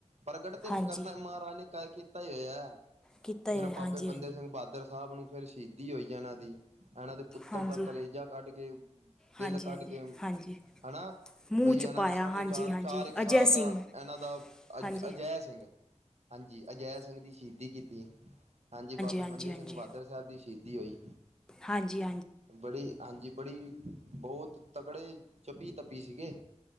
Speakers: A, on the right; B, in the centre.
A: ਪ੍ਰਗਟ ਤੇ ਕਰਨਾ
B: ਹਾਂਜੀ
A: ਮਾਰਾਜ ਨੇ ਕਾਏ ਕੀਤਾ ੲੈ ਹੋਏਐ
B: ਕੀਤਾ ਹੈ
A: ਫੇਰ ਬਾਬੇ
B: ਹਾਂਜੀ
A: ਬੰਦੇ ਸਿੰਘ ਬਾਦਰ ਸਾਬ ਨੂੰ ਫੇਰ ਸ਼ਿਦੀ ਹੋਈ ਏਨਾਂ ਦੀ, ਏਨਾ ਦੇ ਪੁੱਤਰ
B: ਹਾਂਜੀ
A: ਦਾ ਕਲੇਜਾ ਕੱਢ ਕੇ, ਦੇਲ
B: ਹਾਂਜੀ
A: ਕੱਢ
B: ਹਾਂਜੀ
A: ਕੇ,
B: ਹਾਂਜੀ
A: ਹਨਾ
B: ਮੂੰਹ
A: ਬਈ
B: 'ਚ
A: ੲੈਨਾ
B: ਪਾਇਆ
A: ਦੇ ਸਾਮਣੇ
B: ਹਾਂਜੀ
A: ਚਾਰ-ਚਾਰ
B: ਹਾਂਜੀ
A: ਕ ਸਾਲ
B: ਅਜੈ
A: ਦਾ
B: ਸਿੰਘ
A: ੲੈਨਾ ਦਾ ਅ
B: ਹਾਂਜੀ
A: ਅਜੈ ਸਿੰਘ ਹਾਂਜੀ, ਅਜੈ ਸਿੰਘ ਦੀ ਸ਼ਹੀਦੀ ਕੀਤੀ, ਹਾਂਜੀ ਬਾਬੇ
B: ਹਾਂਜੀ
A: ਬੰਦੇ
B: ਹਾਂਜੀ
A: ਸਿੰਘ ਬਾਦ <unintelligible> ਸਾਬ ਦੀ ਸ਼ੀਦੀ ਹੋਈ।
B: ਹਾਂਜੀ
A: ਬੜੀ, ਹਾਂਜੀ ਬੜੀ, ਬੋਤ ਤਕੜੇ ਚੱਪੀ-ਤੱਪੀ ਸੀਗੇ